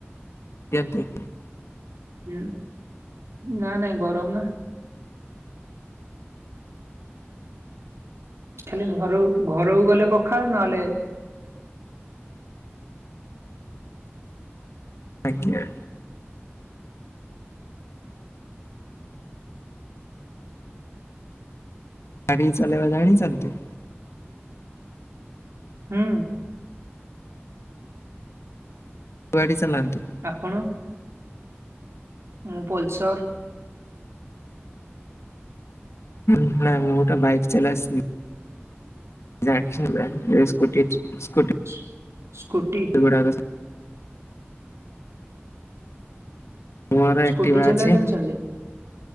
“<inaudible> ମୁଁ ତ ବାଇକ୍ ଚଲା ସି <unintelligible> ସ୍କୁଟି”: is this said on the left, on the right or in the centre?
Left